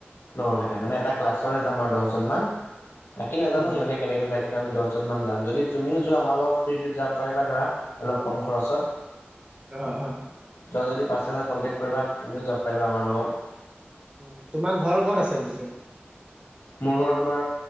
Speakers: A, on the left; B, on the right.
A: লগৰ
B: অ',
A: কেইটাই মানে এটা ক্লাছ <unintelligible> যাম দছজন মান বাকী নাজানো
B: উম
A: সিহঁতে কেনেকে যায় কিন্তু আমি দছজনমান যদি তুমিও যোৱা আমাৰ লগত ফ্ৰী ট্ৰিপ যাব পাৰিবা ধৰা। অলপ কম খৰচত।
B: অ', অ',
A: যোৱা যদি <unintelligible> কণ্টেক্ট কৰিবা তুমিও যাব পাৰিবা আমাৰ লগত।
B: উম, তোমাৰ ঘৰ ক'ত আছে পিছে?
A: মোৰ ঘৰ তোমাৰ